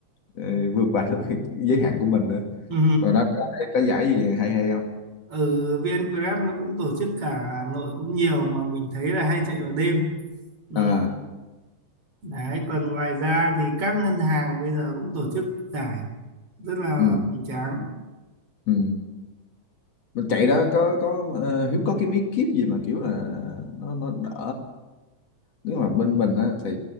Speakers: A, on the left (about 55°); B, on the right (about 50°).
A: ờ, vượt qua được cái giới hạn của mình nữa
B: Ừ.
A: và đó có, có giải gì hay hay không
B: ừ VN Grab nó cũng tổ chức cả Hà Nội cũng nhiều mà mình thấy là hay chạy vào đêm ừ.
A: à
B: đấy còn ngoài ra thì các ngân hàng bây giờ cũng tổ chức giải rất là
A: ừ,
B: hoành tráng
A: ừ. mình chạy đó có có ờ, Hiếu có cái bí kíp gì mà kiểu là nó nó đỡ nếu mà bên mình á thì